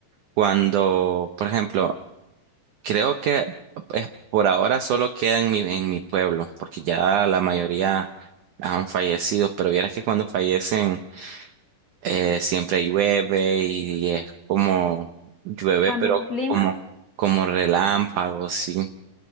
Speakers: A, on the right; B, on the left.
A: cuando, por ejemplo, creo que pues, por ahora solo queda en mi, en mi pueblo, porque ya la mayoría han fallecido, pero vieras que cuando fallecen eh, siempre llueve y es como llueve,
B: Cambia
A: pero
B: el clima.
A: como, como relámpagos, sí,